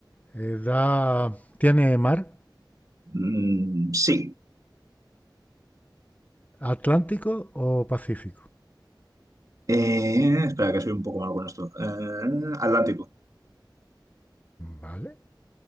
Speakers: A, on the left (about 20°); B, on the right (about 45°).
A: eh, da, ¿tiene mar,
B: mm, sí.
A: Atlántico o Pacífico?
B: Eh, espera, que soy un poco malo con esto. Eh, Atlántico.
A: Vale.